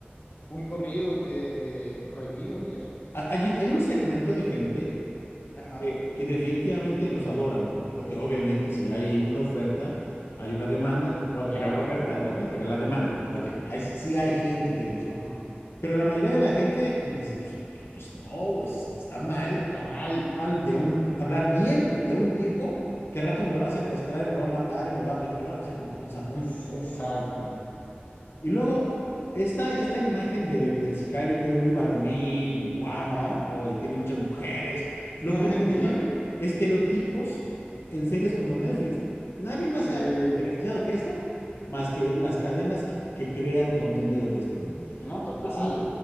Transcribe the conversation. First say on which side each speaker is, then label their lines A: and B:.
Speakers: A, on the left; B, on the left.
A: full corridos de, de prohibidos y eso.
B: Ha- Hay, hay un segmento de gente
A: Ajá.
B: eh, que definitivamente los adora, ¿no? Porque obviamente si hay una oferta, hay una demanda,
A: Ah,
B: lo cual
A: claro,
B: crea la oferta,
A: obvio.
B: lo cual crea la demanda. Ok, ahí sí, sí hay gente que le guste.
A: Ajá.
B: Pero la mayoría de la gente pues, dice, pues, pues, pues no, pues, está está mal,
A: Está mal,
B: mal
A: está
B: de
A: mal.
B: un, hablar bien de un tipo que al rato me va a secuestrar y me va a matar y me va a torturar. O sea, con, con- o sea, con-
A: S-
B: no,
A: Exacto.
B: y luego, esta, esta imagen del, del sicario que es muy varonil y guapo
A: Ajá. <laughs>
B: y tiene muchas mujeres, lo
A: La
B: perpetúan
A: mentira.
B: estereotipos en series como Netflix. Nadie más
A: Sí.
B: se ha beneficiado que esto, más que las cadenas que, que crean contenido de esto, ¿no?
A: No, total.
B: Entonces,